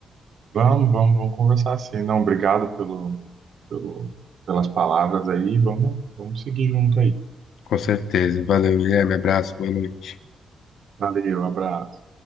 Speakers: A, on the right; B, on the left.
A: Vamos, vamos, vamos conversar assim. Não, obrigado pelo, pelo, pelas palavras aí. Vamos, vamos seguir junto aí.
B: Com certeza. Valeu, Guilherme. Abraço, boa noite.
A: Valeu, abraço.